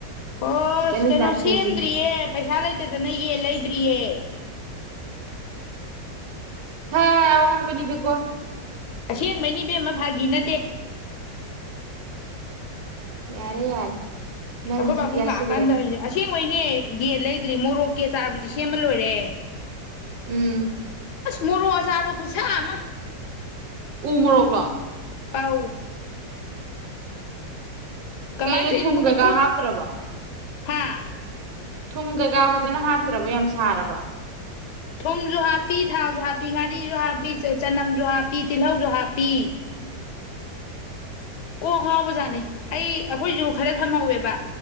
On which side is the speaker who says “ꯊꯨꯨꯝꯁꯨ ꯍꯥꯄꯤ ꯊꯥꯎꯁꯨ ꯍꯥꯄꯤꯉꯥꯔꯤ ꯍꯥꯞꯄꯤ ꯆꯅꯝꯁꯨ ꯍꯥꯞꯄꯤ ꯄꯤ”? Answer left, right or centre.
Left